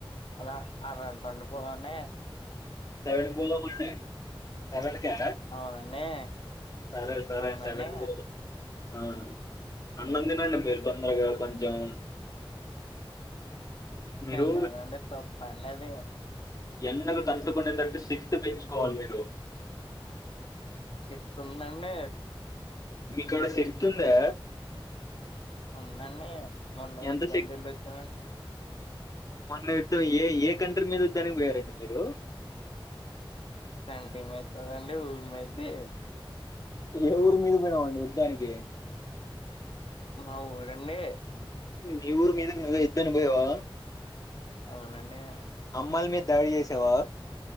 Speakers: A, on the left; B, on the left.
A: అలా ఆర్ అంటుండు పోన్న
B: సెవెన్ కి పోదాం అండి సెవెన్ కా
A: అవునండి
B: సరే సరే
A: అవునండి
B: సెవెన్ కి పోదాం ఆ అన్న తినండి మీరు తొందరగా కొంచెం మీరు
A: తన్నదండి తప్ప అండి అది
B: ఎన్నగ తట్కునేదంటటు శక్తి పెంచుకోవాలి మీరు
A: చెత్తందన్న
B: మీక్కడ సిక్తుందా
A: ఉందండి మొన్న వద్ద్దని
B: ఎంత శక్తి
A: తెళ్లి వచ్చానండి
B: మొన్న యుద్ధం ఏ ఏ కంట్రీ మీద వధానికి వేరండి మీరు
A: అంటే ఏమైతుందండి ఊరిమయితే
B: ఏ ఊరు మీద పెడమండి వద్ధానికి
A: మా ఉరు అండీ
B: మీ ఊరు మీద ఇద్దను పోయవా
A: అవున అండీ
B: అమల్ మ దాడి చేసవా